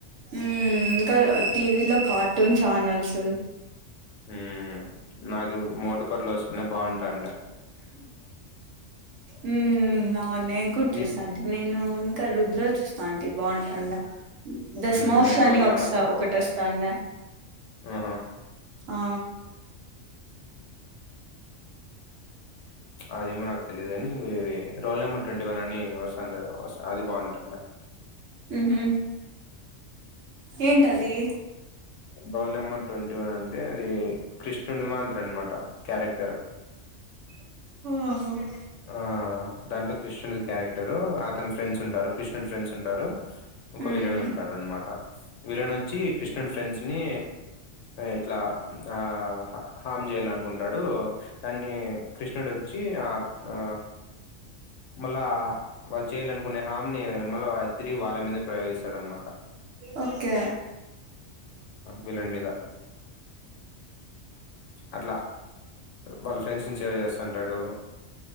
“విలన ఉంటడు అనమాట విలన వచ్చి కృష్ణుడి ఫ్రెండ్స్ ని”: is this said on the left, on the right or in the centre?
Left